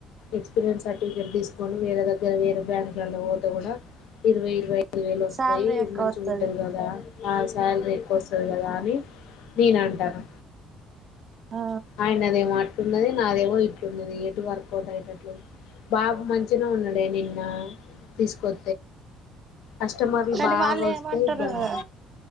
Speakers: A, on the left; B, on the right.
A: ఎక్స్పీరియన్స్ సర్టిఫికెట్ తీసుకొని వేరే దగ్గర వేరే బ్యాంక్లలో పోతే కూడా ఇరవై ఇరవై ఐదు వేలు వస్తాయి
B: శాలరీ ఎక్కువ
A: మంచిగాగుంటది
B: వత్తది
A: కదా ఆ శాలరీ ఎక్కువ వ వ కదా అని నేను అంటాను
B: ఆ
A: ఆయనదే మాట ఇట్న్ది నాదేవో ఇట్న్నది ఎటు వర్కౌట్ అయ్యటట్లేదు బాగా మంచిగా ఉన్నాడే నిన్న తీసుకొ కస్టమర్లు
B: కానీ
A: బాగా
B: వాళ్ళు
A: వస్తే
B: ఏమంటారు
A: ఇబ్బంది
B: కదా